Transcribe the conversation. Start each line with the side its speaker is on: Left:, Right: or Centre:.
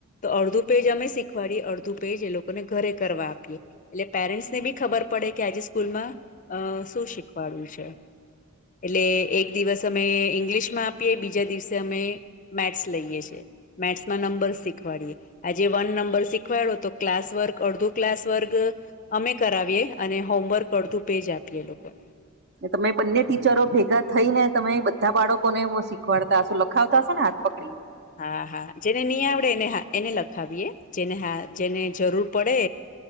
Left: તો અડધું પેજ અમે શીખવાડીએ અડધું પેજ એ લોકોને ઘરે કરવા આપીએ એટલે પેરેન્ટ્સ ને બી ખબર પડે કે આજે સ્કૂલમાં અ શું શીખવાડ્યું છે એટલે એક દિવસ અમે ઇંગ્લિશમાં આપીએ બીજા દિવસે અમે મેથ્સ લઈએ છીએ મેથ્સમાં નંબર શીખવાડીએ આજે વન નંબર શીખવાયડો તો ક્લાસ વર્ગ અડધો ક્લાસ વર્ગ અમે કરાવીએ અને હોમવર્ક કરતું પેજ આપીએ લોકોને
Right: તમે બંને ટીચરો ભેગા થઈ ને તમે બધા બાળકોને હું શીખવાડતા હશો લખાવતા હશો હાથ પકડી ને
Left: હા હા જેને નહી આવડે એને એને લખાવીએ જેને હા જેને જરૂર પડે